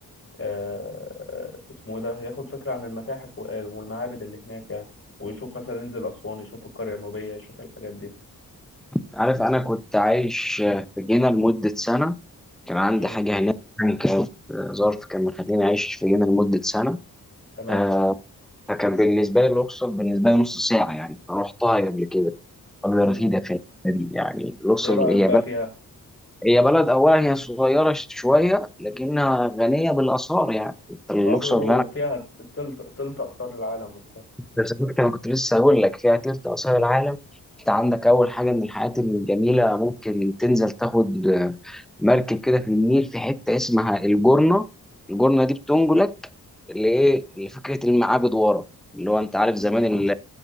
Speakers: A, on the left; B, in the centre.
A: آه، اسمه ايه ده ياخد فكره عن المتاحف و- آه، والمعابد اللي هناك يعني ويشوف مثلا ينزل اسوان يشوف القريه النوبيه يشوف الحاجات دي
B: عارف انا كنت عايش آه، في جنة لمده سنه كان عندي
A: امم
B: حاجه هناك يعني كانت آه، ظرف كان مخليني عايش في جنة لمده سنه
A: تمام
B: آه، فكان بالنسبه لي الاقصر بالنسبه لي نص ساعه يعني فرحتها قبل كده قبل
A: امم
B: رفيده في الحتة دي. يعني الاقصر
A: ايه رايك
B: هي
A: بقى فيها
B: هي بلد أولا هي صغيرة ش- شوية لكنها غنية بالآثار يعني أنت الأقصر
A: اه بيقولوا
B: اللي أنا
A: فيها تلت تلت اثار العالم وبتاع
B: بالظبط أنا كنت لسه هقول لك فيها تلت آثار العالم أنت عندك أول حاجة من الحاجات الجميلة ممكن تنزل تاخد آه، مركب كده في النيل في حتة اسمها الجرنة الجرنة دي بتنقلك لإيه لفكرة المعابد ورا اللي هو أنت عارف
A: امم
B: زمان ال-